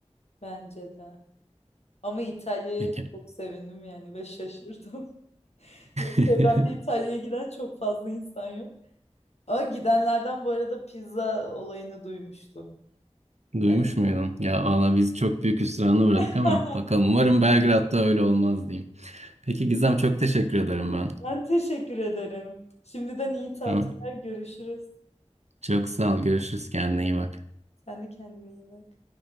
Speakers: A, on the left (about 65°); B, on the right (about 70°).
A: Bence de. Ama İtalya'ya
B: Peki.
A: çok sevindim yani ve şaşırdım. <laughs> Çevremde
B: <laughs>
A: İtalya'ya giden çok fazla insan yok. Ama gidenlerden bu arada pizza olayını duymuştum.
B: Duymuş
A: Yani
B: muydun? Ya valla biz çok büyük hüsrana uğradık
A: <laughs>
B: ama bakalım. Umarım Belgrad'da öyle olmaz diyeyim. Peki Gizem çok teşekkür ederim ben.
A: ben teşekkür ederim. Şimdiden iyi tatiller
B: Tamam.
A: görüşürüz.
B: Çok sağ ol. Görüşürüz. Kendine iyi bak.
A: Sen de kendine iyi bak.